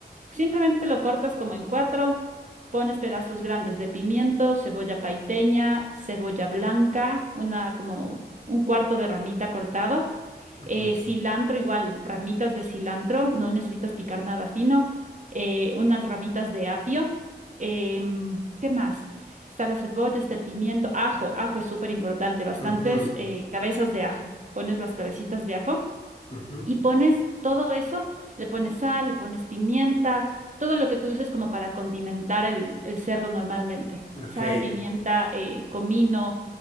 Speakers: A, on the right; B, on the left.
A: Simplemente lo cortas como en cuatro, pones pedazos grandes de pimiento, cebolla paiteña, cebolla blanca, una como un cuarto de ramita cortado,
B: ujú,
A: eh, cilantro igual, ramitas de cilantro, no necesitas picar nada fino, eh, unas ramitas de apio, em, ¿qué más? Está la cebolla, está el pimiento, ajo, ajo es súper importante, bastantes
B: ujú,
A: eh, cabezas de ajo, pones las cabecitas de ajo
B: ujú,
A: y pones todo eso, le pones sal, le pones pimienta, todo lo que tú uses como para condimentar el, el cerdo normalmente.
B: Ok.
A: Sal, pimienta, eh, comino,